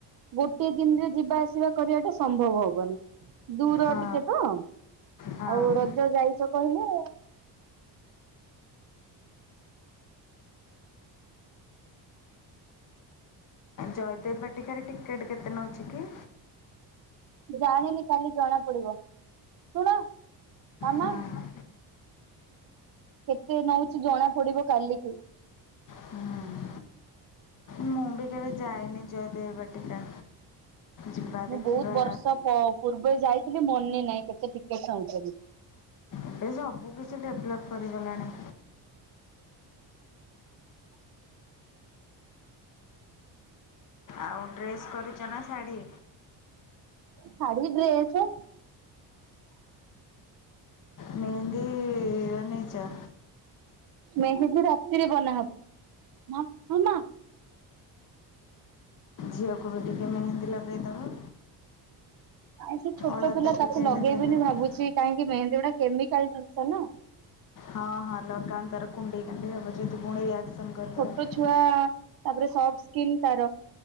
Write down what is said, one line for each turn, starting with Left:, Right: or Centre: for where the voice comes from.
Right: ଗୋଟେ ଦିନରେ ଯିବା ଆସିବା କରିବା ଟା ସମ୍ଭବ ହବନି। ଦୂର
Left: ହଁ
Right: ଟିକେ ତ ଆଉ
Left: ହଁ।
Right: ରଜ ଯାଇଛ କହିଲେ।
Left: ଜୟଦେବ ବାଟିକାର ଟିକେଟ୍ କେତେ ନେଉଛି କି?
Right: ଜାଣିନି କାଲି ଜଣା ପଡିବ ଶୁଣ ମାମା।
Left: ହଁ।
Right: କେତେ ନଉଛି ଜଣା ପଡିବ କାଲିକି।
Left: ହୁଁ। ମୁଁ ବି କେବେ ଯାଇନି ଜୟଦେବା ଟିକା ଯିବା
Right: ମୁଁ
Left: ଦେଖିବା।
Right: ବହୁତ ବର୍ଷ ପ ପୂର୍ବେ ଯାଇଥିଲି ମନେ ନହିଁ କେତେ ଟିକେ ନଉଛନ୍ତି।
Left: ଏବେ ସବୁ କିଛି ଡେଭଲପ୍ କରିଗଲାଣି। ଆଉ ଡ୍ରେସ୍ କରିଛ ନା ଶାଢ଼ୀ?
Right: ଶାଢ଼ୀ ଡ୍ରେସ।
Left: ମେହେନ୍ଦି ଏ ବନେଇଜ।
Right: ମେହେଦୀ ରାତିରେ ବନାହବ ହ ମାମା
Left: ଝିଅକୁ ବି ଟିକେ ମେହେନ୍ଦୀ ଲଗେଇଦବ।
Right: ଆ ସେ ଛୋଟ
Left: ଅଳତା
Right: ପିଲା ତାକୁ
Left: ଟିକେ
Right: ଲଗେଇବନି
Left: ଲଗେଇଦବ
Right: ଭାବୁଛି କାହିଁକି ମେହେନ୍ଦୀ ଗୁଟା କେମିକାଲ ଜିନିଷ ନା।
Left: ହଁ ହଁ ଲକଡାଉନ ତାର କୁଣ୍ଡେଇ କଣ୍ଡେ ହେବ ଯେ ତୁ ପୁଣି ରିଆକ୍ସନ କରିଦବ।
Right: ଛୋଟ ଛୁଆ ତାପରେ ସଫ୍ଟ ସ୍କିନ ତାର।